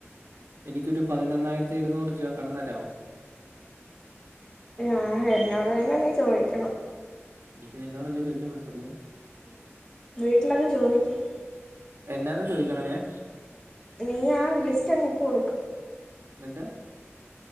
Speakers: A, on the right; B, on the left.
A: എനിക്കൊരു പതിനൊന്നായിരത്തി ഇഴുന്നൂറിരൂപ കടംതരാവോ
B: ആ എന്നോട് തന്നെ നീ ചോയിക്കണം
A: എനിക്ക് നിന്നോടല്ലേ ചോയിക്കാൻ പറ്റത്തുള്ളൂ
B: ഉം വീട്ടിലങ്ങ് ചോദിക്ക്
A: എന്നാന്ന് ചോയിക്കണംഞാൻ
B: നീ ആ ലിസ്റ്റ് അങ്ങ് ഇട്ടുകൊടുക്ക്
A: ഇന്നട്ട്